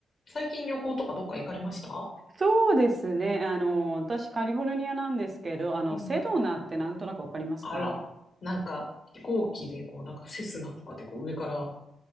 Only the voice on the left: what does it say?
最近旅行とかどっか行かれました
うん。
あら、なんか飛行機でこうなんかセスナとかでこう上から